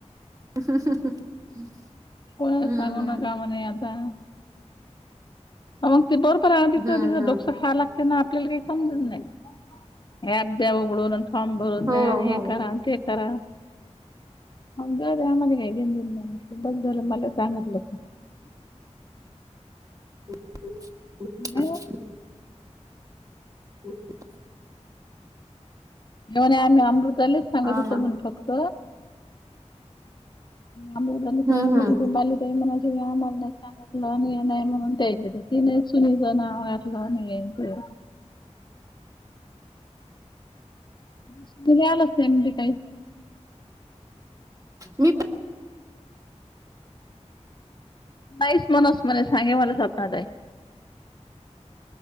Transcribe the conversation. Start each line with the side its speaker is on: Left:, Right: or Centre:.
Right: <unintelligible>
Left: कोणाला
Right: हम्म
Left: सांगू
Right: हम्म
Left: नका म्हणे आता. अ मंग ते बरोबर आहे ना तिचं.
Right: हम्म
Left: तिचं
Right: हम्म
Left: डोकसं खाय लागते ना आप पल्याला काही समजत नाही. हे ऍप द्या उघडून, अन् फॉर्म भरून
Right: हो
Left: द्या अन् हे
Right: हो
Left: करा ते कर करा. अवघड ये आम्हाला काय घेण देणं नाही. म्हणलं बरं झालं मला सांगतल.
Right: <inaudible>
Left: नाही
Right: <inaudible>
Left: कोण्या आम्ही अमृतालाच सांगत
Right: हा
Left: होतो
Right: ना
Left: म्हणे फक्त. आम्ही घरी सांगीतलं
Right: हम्म हम्म
Left: की, ते बाली ताई म्हणायची की आमाल नही सांगीतलं आणि हे नाही म्हणून ते केलं. ते नाही सुनीलच नाव घातलं आम्ही हेन ते. सुनील आलाच नाही म्हणले काही.
Right: मी प
Left: नाहीच म्हणूस म्हणे सांगे मला स्वपनात आहे.